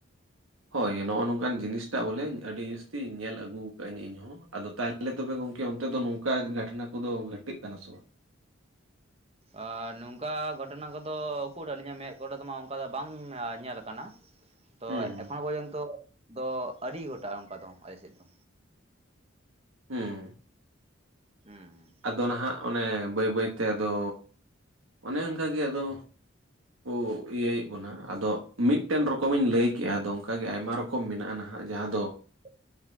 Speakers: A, on the right (about 85°); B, on the right (about 30°).
A: ᱦᱳᱭ ᱱᱚᱜᱼᱚ ᱱᱚᱝᱠᱟᱱ ᱡᱤᱱᱤᱥᱴᱟᱜ ᱵᱚᱞᱮ ᱟᱹᱰᱤ ᱡᱟᱹᱥᱛᱤ ᱧᱮᱞ ᱟᱹᱜᱩ ᱠᱟᱜ ᱟᱹᱧ ᱤᱧ ᱦᱚᱸ ᱟᱫᱚ ᱛᱟᱦᱚᱞᱮ ᱛᱟᱞᱦᱮ ᱛᱚᱵᱮ ᱜᱚᱝᱠᱮ ᱚᱱᱛᱮ ᱫᱚ ᱱᱚᱝᱠᱟ ᱜᱷᱚᱴᱚᱱᱟ ᱠᱚᱫᱚ ᱜᱷᱟᱹᱴᱟᱹᱜ ᱠᱟᱱᱟ ᱥᱮ ᱵᱟᱝ
B: ᱟᱻ ᱱᱚᱝᱠᱟ ᱜᱷᱚᱴᱚᱱᱟ ᱠᱚᱫᱚ ᱩᱠᱩᱨ ᱟᱹᱞᱤᱧᱟᱜ ᱢᱮᱫ ᱠᱚᱨᱮ ᱫᱚᱢᱟ ᱚᱱᱠᱟ ᱫᱚ ᱵᱟᱝ ᱧᱮᱞ ᱠᱟᱱᱟ ᱛᱚ
A: ᱦᱩᱸ ᱦᱩᱸ
B: ᱮᱠᱷᱚᱱᱳ ᱯᱚᱨᱡᱚᱱᱛᱚ ᱫᱚ ᱟᱹᱰᱤ ᱜᱚᱴᱟᱜ ᱚᱱᱠᱟ ᱫᱚ ᱟᱞᱮᱥᱮᱫ ᱫᱚ
A: ᱦᱩᱸ
B: ᱦᱩᱸ
A: ᱟᱫᱚ ᱱᱟᱦᱟᱜ ᱚᱱᱮ ᱵᱟᱹᱭ ᱵᱟᱹᱭᱛᱮ ᱟᱫᱚ ᱚᱱᱮ ᱚᱱᱠᱟ ᱜᱮ ᱟᱫᱚ ᱠᱚ ᱤᱭᱟᱹᱭᱮᱫ ᱵᱚᱱᱟ ᱟᱫᱚ ᱢᱤᱫᱴᱮᱱ ᱨᱚᱠᱚᱢᱤᱧ ᱞᱟᱹᱭ ᱠᱮᱜᱼᱟ ᱟᱫᱚ ᱚᱱᱠᱟ ᱜᱮ ᱟᱭᱢᱟ ᱨᱚ ᱨᱚᱠᱚᱢ ᱢᱮᱱᱟᱜᱼᱟ ᱱᱟᱦᱟᱜ ᱡᱟᱦᱟᱸ ᱫᱚ
B: <unintelligible>